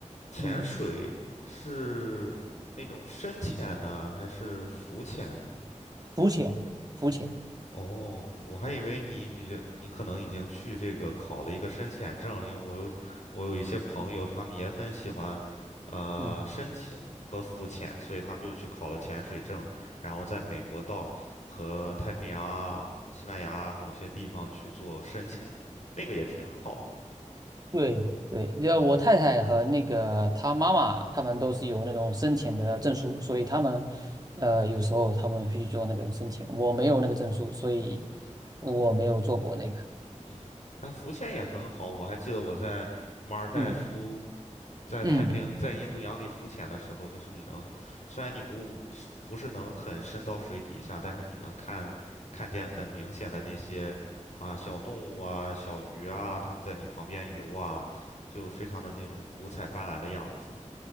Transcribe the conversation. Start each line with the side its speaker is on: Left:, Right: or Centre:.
Left: 潜水，
Right: 嗯
Left: 是那种深潜呢，还是浮潜呢？
Right: 肤浅，肤浅，
Left: 哦，我还以为你比较，你可能已经去这个考了一个深潜证，因为我有我有一些朋友，他们也很喜欢，呃，
Right: 嗯。
Left: 深潜和浮潜，所以他们就去考了潜水证，然后在美国到和太平洋啊、西班牙啊某些地方去做深潜，那个也挺好的。
Right: 对对，要我太太和那个她妈妈，他们都是有那种生前的证书，所以他们，呃，有时候他们会去做那种生前，我没有那个证书，所以我没有做过那个。
Left: 嗯，那浮潜也很好。我还记得我在马尔代夫、
Right: 嗯
Left: 在太平洋在印度洋里浮潜的时候，
Right: 嗯，
Left: 就是你能，虽然你不是不是能很深到水底下，但是你能看看见很明显的那些啊小动物啊、小鱼啊，它们在你旁边游啊，就非常的那种五彩斑斓的样子。